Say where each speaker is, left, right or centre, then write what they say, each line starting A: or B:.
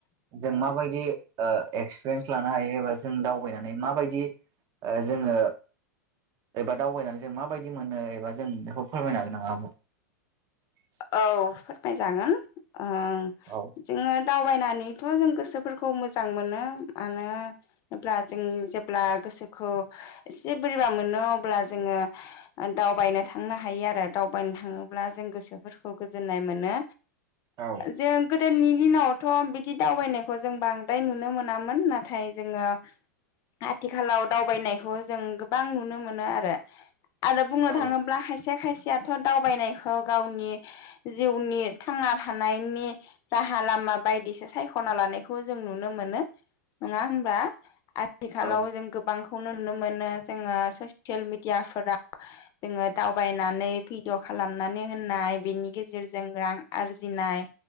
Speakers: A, on the right; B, on the left.
A: जों माबायदि ओ एक्सपिरियेन्स लानो हायो एबा जों दावबायनानै माबायदि? ओ जोङो एबा दावबायनानै जों माबायदि मोनो एबा जों बेखौ फोरमायनो हागोन नाम <unintelligible>
B: औ फोरमायजागोन ओं
A: औ
B: जोङो दावबायनानैथ' जों गोसो गोसोफोरखौ मोजां मोनो मानो होनब्ला जों जेब्ला गोसोखौ एसे बोरैबा मोनो अब्ला जोङो दावबायनो थांनो हायो आरो दावबायनो थाङोब्ला जों गोसोफोरखौ गोजोननाय मोनो
A: औ
B: जों गोदोनि दिनावथ' बिदि दावबायनायखौ जों बांद्राय नुनो मोनामोन नाथाय जोङो आथिखालाव दावबायनायखौ जों गोबां नुनो मोनो आरो आरो बुंनो
A: औ
B: थाङोब्ला खायसे खायसेयाथ' दावबायनायखौ गावनि जिउनि थांना थानायनि राहा लामा बायदिसो सायख'ना लानायखौ जों नुनो मोनो नङा होनबा आथिखालाव
A: औ
B: जों गोबांखौ खौ नुनो मोनो जोङो ससियेल मिडियाफोरा जोङो दावबायनानै भिडिअ खालामनानै होनाय बेनि गेजेरजों रां आरजिनाय